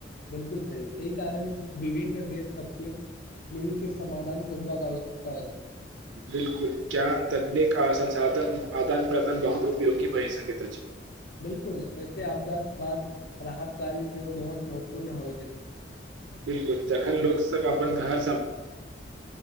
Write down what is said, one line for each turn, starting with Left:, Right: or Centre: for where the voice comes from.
Left: बिलकुल सही एहि कारण विभिन्न देश सबके मिल के समधान खोजबाक आवश्यकता अछि
Right: बिलकुल ज्ञान तकनीक का संसाधन आदान प्रदान बहुत उपयोगी भए सकैत अछि
Left: बिलकुल वैसे आपदा बाद राहतकारी सेहो बहुत महत्वपूर्ण होईत अछि
Right: बिलकुल जखन लोकसभ अपन घर